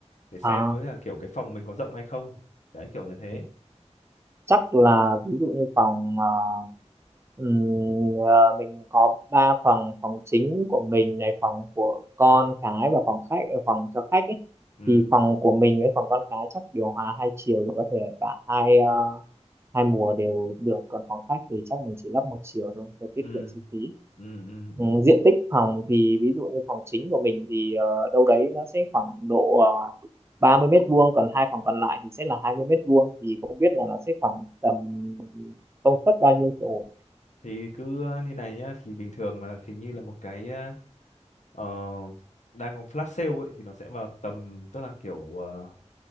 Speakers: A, on the left; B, on the right.
A: để xem
B: à
A: với cả kiểu cái phòng mình có rộng hay không đấy kiểu như thế
B: ừ. chắc là ví dụ như phòng ờ, ừm, ờ, mình có ba phòng phòng chính của mình này phòng của con cái và phòng khách ờ, phòng cho khách ấy.
A: ừ.
B: thì phòng của mình với phòng con cái chắc điều hòa hai chiều thì có thể cả hai ờ, hai mùa đều được còn phòng khách thì chắc mình chỉ lắp một chiều thôi cho tiết
A: Ừ.
B: kiệm chi phí
A: Ừ. Ừ. Ừ.
B: Ừ, diện tích phòng thì ví dụ như phòng chính của mình thì ờ, đâu đấy nó sẽ khoảng độ uh, ba mươi mét vuông còn hai phòng còn lại thì sẽ là hai mươi mét vuông thì không biết là nó sẽ khoảng tầm công suất bao nhiêu chỗ
A: thì cứ ờ, như này nhá thì bình thường là hình như là một cái ờ, ờ, đang có flash sale ấy thì nó sẽ vào tầm tức là kiểu ờ,